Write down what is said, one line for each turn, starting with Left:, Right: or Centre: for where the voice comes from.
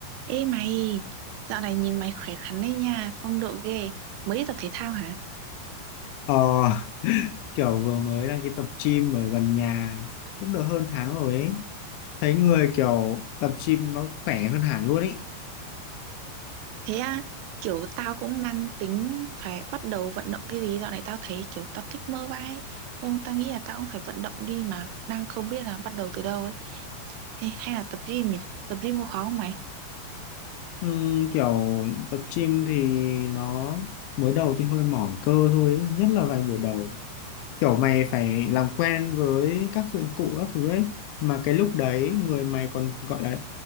Right: Ê mày, dạo này nhìn mày khỏe khoắn đấy nha, phong độ ghê. Mới đi tập thể thao hả?
Left: Ờ, <laughs> kiểu vừa mới đăng ký tập gym ở gần nhà cũng được hơn tháng rồi ấy. Thấy người kiểu tập gym nó khỏe hơn hẳn luôn ấy.
Right: Thế à, kiểu tao cũng đang tính phải bắt đầu vận động cái gì. Dạo này tao thấy kiểu tao thích mơ vai. Không, tao nghĩ là tao cũng phải vận động đi mà đang không biết là bắt đầu từ đâu ấy. Hay, hay là tập gym nhỉ? Tập gym có khó không mày?
Left: Ừm, kiểu tập gym thì nó mới đầu thì hơi mỏi cơ thôi ấy. Nhất là vài buổi đầu kiểu mày phải làm quen với các dụng cụ các thứ ấy mà cái lúc đấy người mày còn gọi là